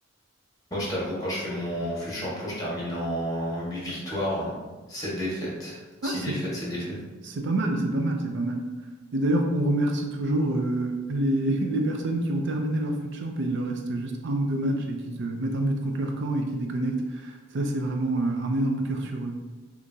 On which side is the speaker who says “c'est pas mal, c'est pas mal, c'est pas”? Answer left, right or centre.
Right